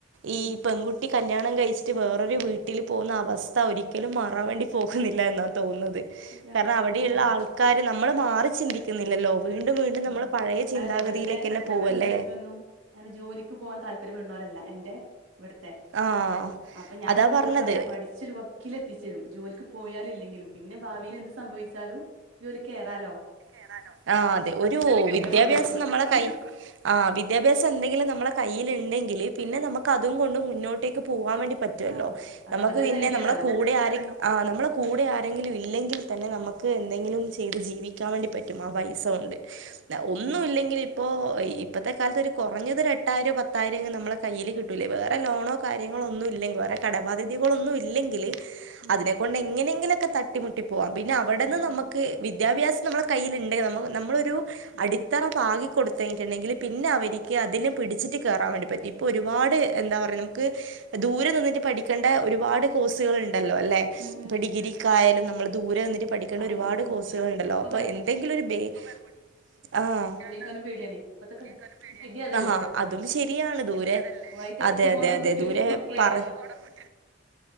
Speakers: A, on the right; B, on the right.
A: ഉം
B: ഈ പെങ്കു കുട്ടി കല്യാണം കഴിച്ചിട്ട് വേറൊരു വീട്ടില് പോകുന്ന അവസ്ഥ ഒരിക്കലും മാറാൻ വേണ്ടി പോകുന്നില്ല എന്നാ തോന്നുന്നത്.
A: ശരിയാണ്
B: കാരണം അവിടെയിള്ള
A: ഉം
B: ആൾക്കാര് നമ്മള് മാറി ചിന്തിക്കുന്നില്ലല്ലോ? വീണ്ടും വീണ്ടും
A: ഉം
B: നമ്മള് പഴയ ചിന്താഗതിയിലേക്ക്
A: അതന്നെ ഇവ്ട്ത്തെ
B: തന്നെ
A: ഇവ്ട്ത്തെമ്മീപ്പീ
B: പോവല്ലേ
A: ഒന്നും അങ്ങനെ ജോലിക്ക് പോകാൻ താല്പര്യടുന്നോരല്ല എന്റെ ഇവിട്ത്തെ
B: ആഹ്
A: അപ്പൊ ഞാൻ
B: അതാ
A: ഇന്റെ മോളോട്
B: പറഞ്ഞത്
A: പറയും പഠിച്ചൊരു വ ക്കിലെത്തിച്ചരും ജോലിക്ക് പോയാലും ഇല്ലെങ്കിലും. പിന്നെ ഭാവിയില് എന്ത് സംഭവിച്ചാലും ജോലിക്കേറാലോ?
B: ക്കേറാലോ? ആഹ് അതെ ഒരു വിദ്യാഭ്യാസം
A: പറഞ്ഞു കൊടുക്കും
B: നമ്മളെ കൈ ആഹ് വിദ്യാഭ്യാസെന്തെങ്കിലും നമ്മളെ കയ്യില്ണ്ടെങ്കില് പിന്നെ നമുക്ക് അതും കൊണ്ട് മുന്നോട്ടേക്ക് പോവാൻ വേണ്ടി പ റ്റോല്ലോ?
A: ആഹ് അതാണ്
B: നമുക്ക്
A: അതൊരു
B: പിന്നെ
A: ധൈര്യാണല്ലോ
B: നമ്മളെ കൂടെ ആരെ ആഹ് നമ്മളെ കൂടെ ആരെങ്കിലും ഇല്ലെങ്കിൽ തന്നെ നമുക്ക് എന്തെങ്കിലും ചെയ്ത് ജീവി ക്കാൻ വേണ്ടിപറ്റും. ആ പൈസ ഒണ്ട്. ല്ല ഒന്നും
A: ഉം
B: ഇല്ലെങ്കിൽ ഇപ്പോ ഇപ്പത്തെ കാലത്തൊരു കൊറഞ്ഞതൊരു എട്ടായിരോ പത്തായിരോങ്കി നമ്മള കയ്യില് കിട്ടൂല്ലേ? വേറെ ലോണോ കാര്യങ്ങളൊന്നൂല്ലെങ്കി വേറെ കടബാധ്യതകളൊന്നും ഇല്ലെങ്കില്
A: ഉം
B: അതിനെ കൊണ്ട് എങ്ങനെങ്കിലൊക്കെ തട്ടിമുട്ടി പോവാം. പിന്നെ അവടെന്ന്
A: അതന്നെ
B: നമ്മക്ക് വിദ്യാഭ്യാ സം നമ്മളെ കയ്യില്ണ്ടെങ്കി നമുക്ക് നമ്മളൊരു
A: ഉം
B: അടിത്തറ പാകിക്കൊടുത്തഴിഞ്ഞട്ടുണ്ടെങ്കില് പിന്നെ അവരിക്ക് അതിൽ പിടിച്ചിട്ട് കേറാൻ വേണ്ടി പറ്റും. ഇപ്പോ ഒരുപാട് എന്താ പറയ നമുക്ക് ദൂരെ നിന്നിട്ട് പഠിക്കണ്ട ഒരുപാട് കോഴ്സുകള്ണ്ടല്ലോ അല്ലെ?
A: ഉം
B: ഇപ്പൊ
A: ഉം
B: ഡിഗ്രിക്കായാലും നമ്മള് ദൂരെ നിന്നിട്ട് പഠിക്കണ്ട
A: അറിയ
B: ഒരുപാട്
A: ഉം
B: കോഴ്സുകള്ണ്ടല്ലോ?
A: ഇപ്പൊ
B: പ്പൊ എന്തെങ്കിലും ഒരു ബേ <unintelligible> ആഹ് കുട്ടിയേള്
A: ക്കാനും പേടിയാണേ. ഇപ്പത്തൊക്കെ
B: ഠിക്കാനും പേടിയാണേ.
A: സ്ഥിതി അതല്ലേ
B: ആഹാ അതും ശരിയാണ് ദൂരെ നിന്ന്
A: വഴി തെറ്റി
B: അതെ അതെ
A: പോണ
B: അതെ
A: കൂട്ടരും
B: ദൂരെ
A: ഒക്കെയാണല്ലോ
B: പറഞ്ഞ് പോണത്